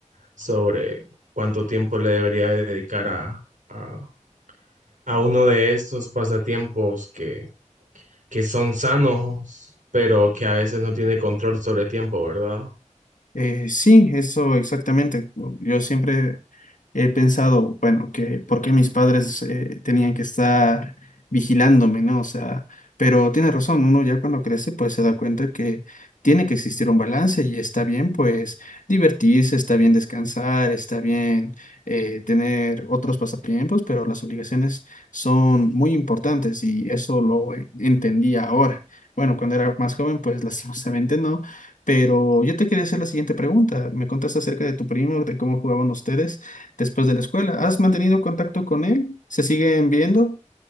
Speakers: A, on the right; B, on the left.
A: sobre cuánto tiempo le debería dedicar a, a, a uno de estos pasatiempos que, que son sanos, pero que a veces no tiene control sobre tiempo, ¿verdad?
B: Eh, sí, eso exactamente. Yo siempre he pensado, bueno, que por qué mis padres eh, tenían que estar vigilándome, ¿no? O sea, pero tiene razón, uno ya cuando crece pues se da cuenta que tiene que existir un balance y está bien pues divertirse, está bien descansar, está bien eh, tener otros pasatiempos, pero las obligaciones son muy importantes y eso lo eh, entendí ahora. Bueno, cuando era más joven pues <laughs> lastimosamente no pero yo te quería hacer la siguiente pregunta. Me contaste acerca de tu primo, de cómo jugaban ustedes después de la escuela. ¿Has mantenido contacto con él? ¿Se siguen viendo?